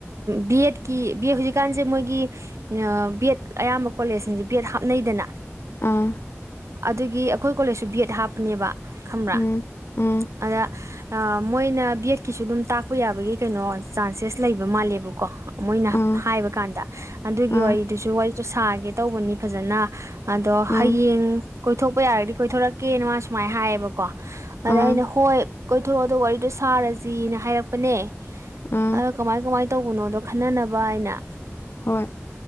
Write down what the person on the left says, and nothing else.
ꯑꯥ
ꯎꯝ ꯎꯝ
ꯑꯥ
ꯑꯥ
ꯑꯥ
ꯑꯥ
ꯑꯥ
ꯍꯣꯏ